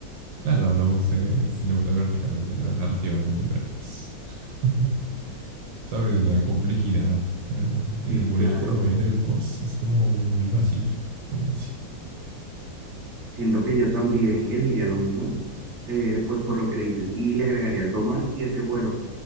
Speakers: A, on the right; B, on the right.
A: Claro, hablamos eh, cinematográficamente, no narrativamente, pero pues, <laughs> ¿sabes? Me da complejidad ah, eh,
B: Sí,
A: morir
B: claro.
A: como héroe, pues es como muy básico, muy básico.
B: Siento que yo también elegiría lo mismo, eh, pues por lo que dices, y le agregaría algo más, y es que, bueno,